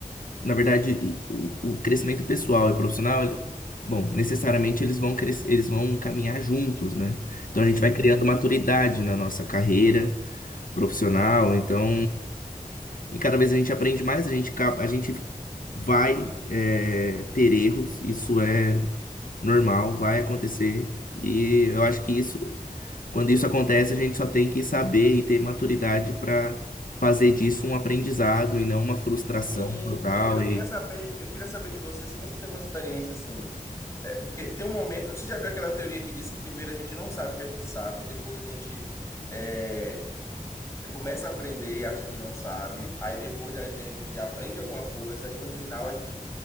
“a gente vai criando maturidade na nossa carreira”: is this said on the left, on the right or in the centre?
Left